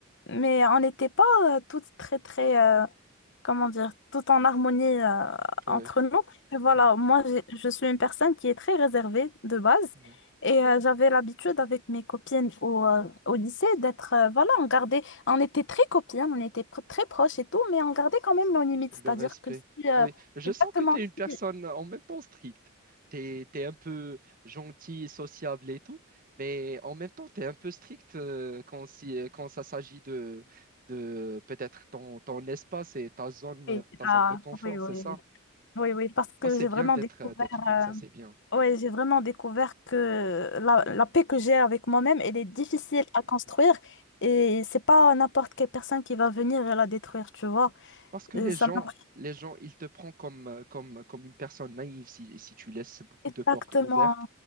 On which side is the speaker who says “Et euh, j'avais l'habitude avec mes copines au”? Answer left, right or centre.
Left